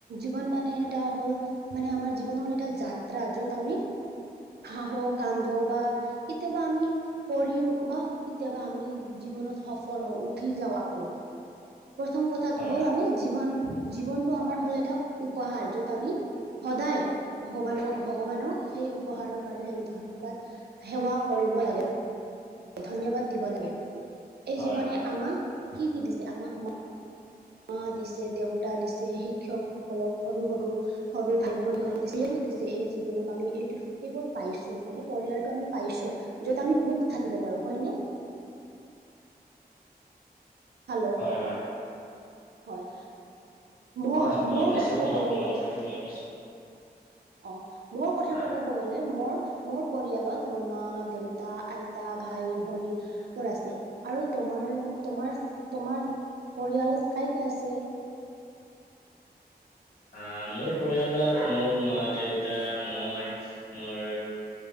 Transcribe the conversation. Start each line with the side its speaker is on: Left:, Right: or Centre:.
Right: জীৱন মানে এটা হ'ল, মানে আমাৰ জীৱনৰ হ'ল এটা যাত্ৰা। য'ত আমি হাঁহো কান্দো বা কেতিয়াবা আমি পৰিম বা কেতিয়াবা আমি জীৱনত হ ফল উঠি যাওঁ আকৌ, প্ৰথম কথাটো
Left: হয়,
Right: হ'ল আমি জীৱন জীৱনটো আমাৰ হ'ল এটা উপহাৰ। য'ত আমি সদায়, ভগৱানক। ভগৱানক সেই উপহাৰৰ কাৰণে আমি ধন্যবাদ সেৱা কৰিব লাগে ধন্যবাদ দিব লাগে। এই
Left: হয়,
Right: জীৱনে
Left: হয়,
Right: আমাক কি কি দিছে। আমাক মা দিছে, দেউতা দিছে, শিক্ষকসকলক সৰু সৰু সৰু ভাই-ভনী সকল দিছে। এইটো দিছে, এই জীৱনত আমি এইটো সেইবোৰ পাইছোঁ। মানে, পৰিয়ালটো আমি পাইছোঁ, য'ত আমি সুখ থাকিব পাৰোঁ হয়নে। হেল্ল'
Left: হয়, হয়,
Right: হয় মই
Left: হয়, শুনা
Right: মোৰ
Left: পাইছোঁ,
Right: কথা ক'বলৈ
Left: মই আপোনাৰ
Right: গ'লে।
Left: কথাটো শুনা পাইছোঁ।
Right: অ', মোৰ কথাটো
Left: হয়,
Right: ক'ব গ'লে মোৰ মোৰ পৰিয়ালত মোৰ মা, দেউতা, আইতা, ভাই, ভনী মোৰ আছে। আৰু তোমাৰ লগত তোমাৰ, তোমাৰ পৰিয়ালত কাই, কাই আছে।
Left: আহ্, মোৰ পৰিয়ালত মোৰ মা, দেউতা, মই। মোৰ